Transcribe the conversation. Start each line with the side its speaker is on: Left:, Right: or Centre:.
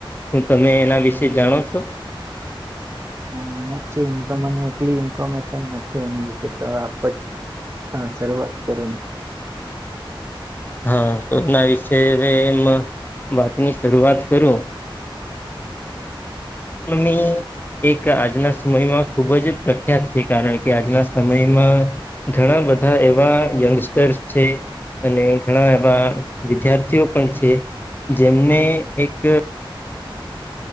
Left: શું તમે એના વિશે જાણો છો?
Right: હ નથી એમ તો મને એટલી ઇન્ફોર્મેશન નથી એના વિશે તો આપ હા શરૂઆત કરો.
Left: હા તોતના વિશે હવે એમાં વાતની શરૂઆત કરું. નોમી એક આજના સમયમાં ખૂબ જ પ્રખ્યાત છે કારણ કે આજના સમયમાં ઘણા બધા એવા યંગસ્ટર્સ છે. અને ઘણા એવા વિદ્યાર્થીઓ પણ છે જેમને એક